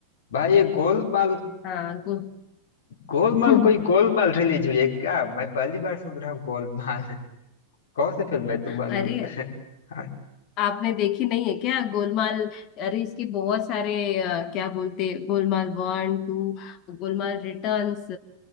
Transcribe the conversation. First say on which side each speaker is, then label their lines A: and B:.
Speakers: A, on the left; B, on the left.
A: भाई ये गोलमाल
B: हाँ गो
A: गोलमाल
B: <laughs>
A: कोई गोलमाल रिलीज हुई है क्या मैं पहली बार सुन रहा हूँ गोलमाल कौन सी फिल्म है तुम
B: अरे
A: हाँ,
B: आपने देखी नहीं है क्या गोलमाल अरे इसकी बहुत सारे अ, क्या बोलते Golmaal one two Golmaal Returns